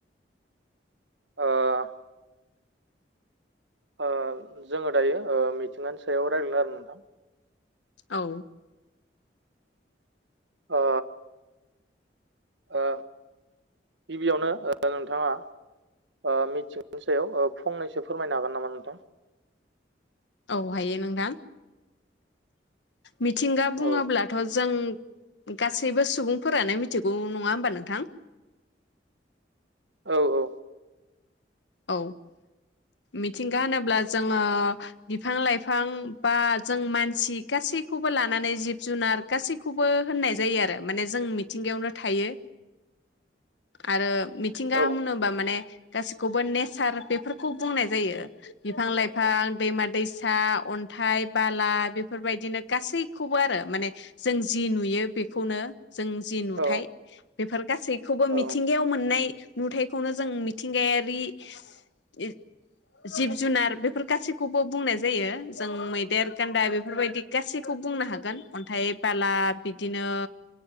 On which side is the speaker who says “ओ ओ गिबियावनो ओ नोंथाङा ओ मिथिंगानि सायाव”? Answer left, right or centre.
Right